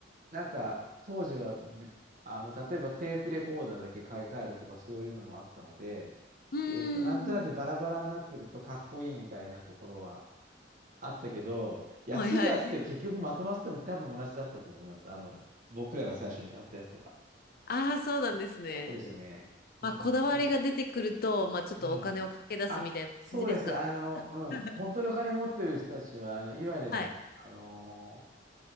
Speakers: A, on the right; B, on the left.
A: なんか当時はびあの、例えばテープレコーダーだけ買い替えるとかそういうのもあったので、
B: うーん。
A: えーと、なんとなくバラバラになってるとかっこいいみたいなところはあったけど、安いやつって結局まとまってても多分同じだったと思います。
B: はいはい。
A: あの、僕らが最初に買ったやつとか。
B: ああ、そうなんですね。
A: そうですね。うん、
B: まあ、こだわりが出てくると、
A: そう
B: まあ、ちょっとお金をかけ出すみたいな感じですかね。
A: うん。あ、そうです。あの、うん。
B: <laughs>
A: 本当にお金持ってる人たちは、あの、今でも、
B: はい。
A: あの